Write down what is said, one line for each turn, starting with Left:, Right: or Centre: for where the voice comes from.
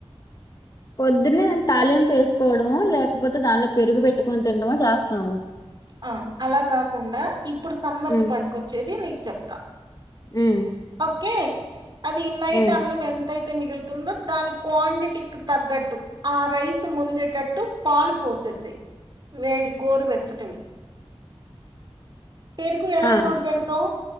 Left: పొద్దున్నే నేన్ తాళింపు ఏసుకోవడము లేకపోతే దానిలో పెరుగు పెట్టుకొని తినడమో చేస్తాము.
Right: ఆ అలా కాకుండా ఇప్పుడు సమ్మర్
Left: ఉమ్
Right: కి పనికొచ్చేది నీక్ చెప్తా
Left: ఉమ్
Right: ఒకే అది నైట్
Left: ఉమ్
Right: అన్నం ఎం ఎంత అయితే మిగులుతుందో దాని క్వాంటిటికి తగ్గట్టు ఆ రైస్ మునిగేటట్టు పాలు పోసేసేయ్ వేడి గోరువెచ్చటివి పెరుగు ఎలా
Left: ఆ
Right: తోడ్ పెడతవ్